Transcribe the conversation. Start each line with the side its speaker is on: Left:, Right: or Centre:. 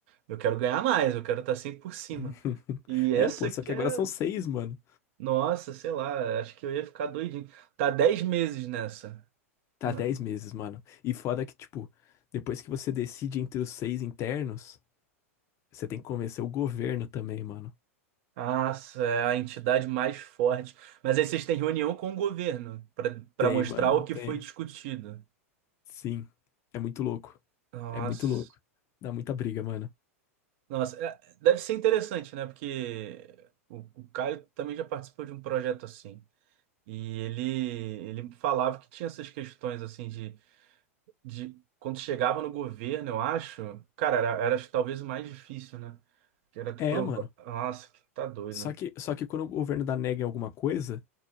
Right: Eu quero ganhar mais, eu quero estar sempre por cima.
Left: <laughs>
Right: E essa
Left: É, pô, só
Right: que
Left: que
Right: é,
Left: agora são seis mano.
Right: nossa, sei lá, acho que eu ia ficar doidinho. Tá 10 meses nessa.
Left: Tá
Right: Não.
Left: 10 meses, mano. E foda que, tipo, depois que você decide entre os 6 internos... Você tem que convencer o governo também, mano.
Right: Nossa, é a entidade mais forte. Mas aí vocês têm reunião com o governo para para
Left: Tem,
Right: mostrar
Left: mano,
Right: o que
Left: tem.
Right: foi discutido.
Left: Sim. É muito louco.
Right: Nossa.
Left: É muito louco. Dá muita briga, mano.
Right: Nossa, é- deve ser interessante, né? Porque o, o Caio também já participou de um projeto assim. E ele, ele falava que tinha essas questões assim de, de quando chegava no governo, eu acho, cara, era, era talvez o mais difícil, né? Que era tu
Left: É,
Right: provar.
Left: mano.
Right: Nossa, que tá doido,
Left: Só
Right: né?
Left: que, só que quando o governo dá nega em alguma coisa,